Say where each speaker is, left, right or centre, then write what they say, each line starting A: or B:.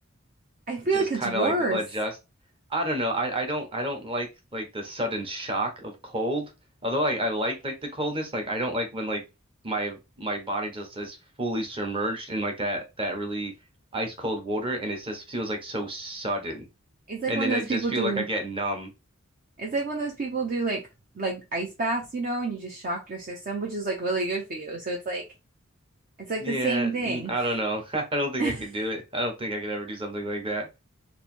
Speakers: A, on the right (about 45°); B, on the right (about 25°).
A: <laughs> I feel
B: just
A: like it's
B: kind
A: worse.
B: of like adjust. I don't know. I, I don't I don't like like the sudden shock of cold. Although I, I like like the coldness, like I don't like when like my my body just is fully submerged in like that that really ice cold water and it just feels like so sudden.
A: It's like
B: And
A: when
B: then
A: those
B: I just
A: people
B: feel
A: do
B: like I get numb.
A: it's like when those people do like like ice baths, you know, and you just shock your system, which is like really good for you. So it's like it's like
B: Yeah,
A: the same thing.
B: n- I don't know. <laughs> I don't think
A: <laughs>
B: I could do it. I don't think I could ever do something like that.